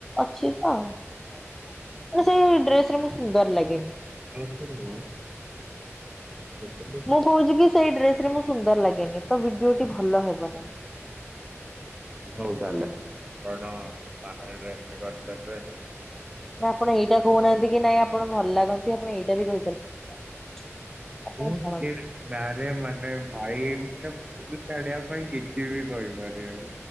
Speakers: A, in the centre; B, on the right.
A: ଅଛି ତ ମାନେ ସେଇ ଡ୍ରେସ ରେ ମୁଁ ସୁନ୍ଦର ଲାଗେନି।
B: ହେଲା ଯୋଉ <unintelligible>
A: ମୁଁ କହୁଚି କି ସେଇ ଡ୍ରେସ ରେ ମୁଁ ସୁନ୍ଦର ଲାଗେନି ତ ଭିଡିଓଟି ଭଲ ହେବ ନାହିଁ।
B: ହଉ ତାହେଲେ କଣ ବାହାରେ ଡ୍ରେସ୍ ଟେ କରିଦେବେ।
A: କଣ ଆପଣ ଏଇଟା କହୁନାହାନ୍ତି କି ନାଇଁ ଆପଣ ଭଲ ଲାଗନ୍ତି ଆପଣ ଏଇଟା ବି କହିପାରି <inaudible>
B: ମୁଁ
A: ଛାଡ଼ନ୍ତୁ
B: ସ୍କିଡ୍। ନାରେ ମାନେ ଭାଇ ମାନେ ଭୁଲ କାଢିବା ପାଇଁ କିଛି ବି କହିପାରିବେ ଆଉ।